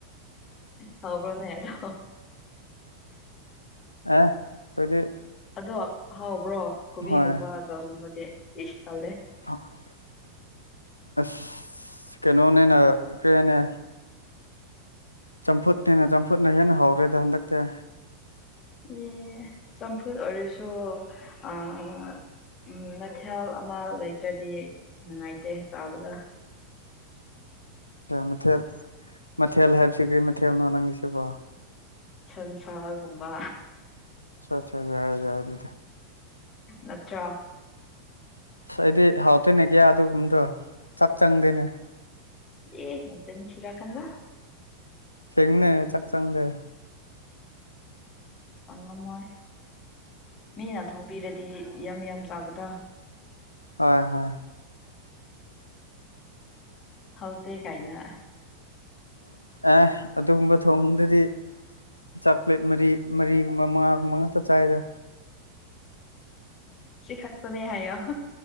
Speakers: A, on the left; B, on the left.
A: ꯗꯥꯎꯕ꯭ꯔꯣꯅꯦ ꯑꯗꯣ
B: ꯑꯦ ꯑꯩꯈꯣꯏꯗꯤ
A: ꯑꯗꯣ ꯍꯥꯎꯕ꯭ꯔꯣ ꯀꯣꯕꯤꯒꯨꯝꯕ
B: ꯍꯣꯏ
A: ꯒꯨꯝꯕꯗꯤ ꯏꯁ ꯇꯜꯂꯦ
B: <inaudible> ꯑꯁ ꯀꯩꯅꯣꯅꯦꯅ ꯀꯔꯤ ꯍꯥꯏꯅꯦ ꯆꯝꯐꯨꯠꯅꯦꯅ ꯆꯝꯐꯨꯠꯅ ꯍꯦꯟꯅ ꯍꯧꯔꯦꯗ ꯍꯟꯗꯛꯇꯤ
A: ꯌꯦ ꯆꯝꯐꯨꯠ ꯑꯣꯏꯔꯁꯨ ꯑꯦ ꯎꯝ ꯃꯊꯦꯜ ꯑꯃ ꯂꯩꯇ꯭ꯔꯗꯤ ꯅꯨꯡꯉꯥꯏꯇꯦ ꯆꯥꯕꯗ
B: ꯃꯊꯦꯜ ꯃꯊꯦꯜ ꯍꯥꯏꯕꯁꯤ ꯀꯔꯤ ꯃꯊꯦꯜꯅꯣ ꯅꯪꯒꯤ ꯁꯤꯕꯣ
A: ꯁꯟꯁꯥꯒꯨꯝꯕ
B: ꯑꯆꯥꯆꯥ ꯌꯥꯢ ꯌꯥꯔꯦ
A: ꯅꯠꯇ꯭ꯔꯣ
B: ꯑꯁ ꯑꯩꯗꯤ ꯍꯥꯎꯇꯦꯅꯦ ꯀꯌꯥ ꯑꯗꯨꯒꯨꯝꯕꯗꯣ ꯆꯥꯛ ꯆꯪꯗꯦꯅꯦ
A: ꯑꯦ ꯅꯆꯤꯟ ꯊꯤꯔꯛꯀꯅꯣ
B: ꯑꯁꯦꯡꯕꯅꯦ ꯆꯥꯛ ꯆꯪꯗꯦ
A: ꯆꯪꯉꯝꯃꯣꯏ ꯃꯤꯅ ꯊꯣꯡꯕꯤꯔꯗꯤ ꯌꯥꯝ ꯌꯥꯝ ꯆꯥꯕꯗꯣ
B: ꯍꯣꯏ ꯍꯣꯏ
A: ꯍꯥꯎꯇꯦ ꯀꯥꯏꯅ
B: ꯑꯦ ꯑꯗꯨꯒꯨꯝꯕ ꯊꯣꯡꯕꯗꯗꯤ ꯆꯥꯛꯄ꯭ꯂꯦꯠ ꯃꯔꯤ ꯃꯔꯤꯒꯨꯝꯕ ꯃꯉꯥꯒꯨꯝꯕ ꯉꯥꯛꯇ ꯆꯥꯏꯗ
A: ꯁꯤ ꯈꯥꯛꯇꯥꯅꯦ ꯍꯥꯏꯌꯣ